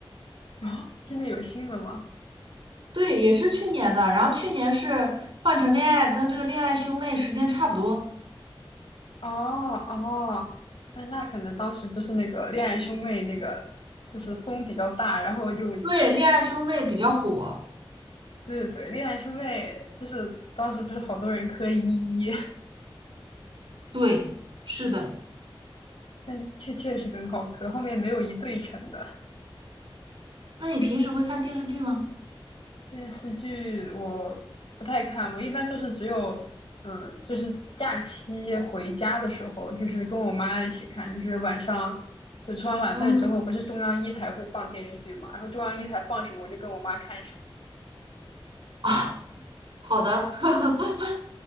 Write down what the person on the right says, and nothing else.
对，也是去年的。然后去年是换成恋爱，跟这个恋爱兄妹时间差不多。
对，《恋爱兄妹》比较火。
对，是的。
那你平时会看电视剧吗？
嗯，
<laughs> 好的。<laughs>